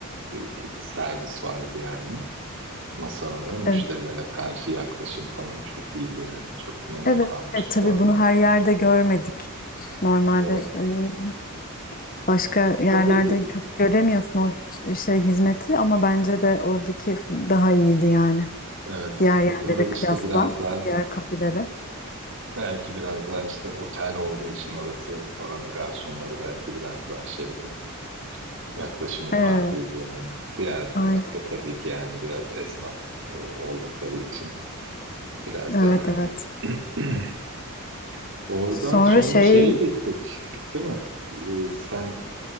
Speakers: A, on the right (about 55°); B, on the left (about 40°).
A: bir servis vardı yani. Masalara, müşterilere
B: Evet,
A: karşı yaklaşım falan çok iyiydi yani. Çok memnun
B: evet,
A: kalmıştık
B: evet, tabii
A: orada.
B: bunu her yerde görmedik. Normalde
A: Evet.
B: e, başka yerlerde
A: Tabii ki
B: çok göremiyorsun o şey hizmeti ama bence de oradaki daha iyiydi yani.
A: Evet,
B: Diğer
A: tabii
B: yerlere
A: orası işte
B: kıyasla,
A: biraz daha
B: diğer kafelere.
A: belki biraz daha işte otel olduğu için orası oranın garsonları belki biraz daha şeydi. Yaklaşımı
B: Evet,
A: farklıydı yani. Diğer tarafta
B: aynen.
A: tabii ki yani biraz esnaf e, oldukları için biraz
B: Evet
A: daha hani
B: evet.
A: <clears throat> oradan
B: Sonra
A: sonra
B: şey,
A: şeye gittik. Gittik değil mi? Ee, sen